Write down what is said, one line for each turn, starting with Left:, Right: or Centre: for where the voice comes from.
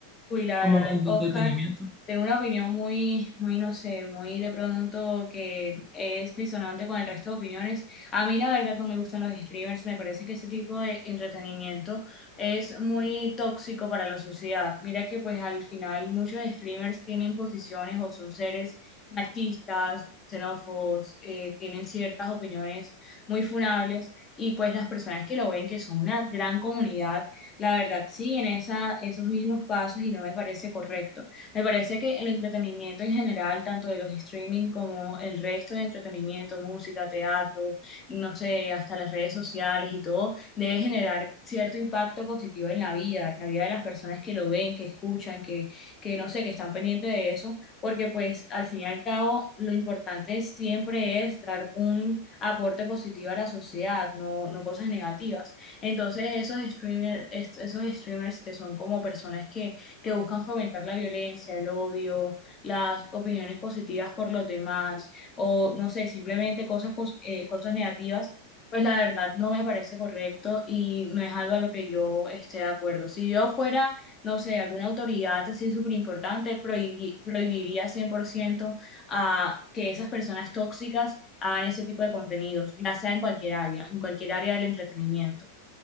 Left: Uy, la
Centre: como
Left: verdad,
Centre: en- de
Left: Oscar,
Centre: entretenimiento?
Left: tengo una opinión muy, muy, no sé, muy de pronto que es disonante con el resto de opiniones. A mí la verdad no me gustan los streamers, me parece que ese tipo de entretenimiento es muy tóxico para la sociedad. Mira que pues al final muchos streamers tienen posiciones o son seres machistas, xenófobos, eh, tienen ciertas opiniones muy funables y pues las personas que lo ven, que son una gran comunidad la verdad, sí, en esa, esos mismos pasos y no me parece correcto. Me parece que el entretenimiento en general, tanto de los streaming como el resto de entretenimiento, música, teatro, no sé, hasta las redes sociales y todo, debe generar cierto impacto positivo en la vida, en la vida de las personas que lo ven, que escuchan, que, que no sé, que están pendientes de eso, porque pues al fin y al cabo lo importante siempre es dar un aporte positivo a la sociedad, no, no cosas negativas. Entonces, esos streamer, est- esos streamers que son como personas que, que buscan fomentar la violencia, el odio, las opiniones positivas por los demás, o no sé, simplemente cosas, pos- eh, cosas negativas, pues la verdad no me parece correcto y no es algo a lo que yo esté de acuerdo. Si yo fuera, no sé, alguna autoridad así súper importante, prohibi- prohibiría 100% a que esas personas tóxicas hagan ese tipo de contenidos, ya sea en cualquier área, en cualquier área del entretenimiento.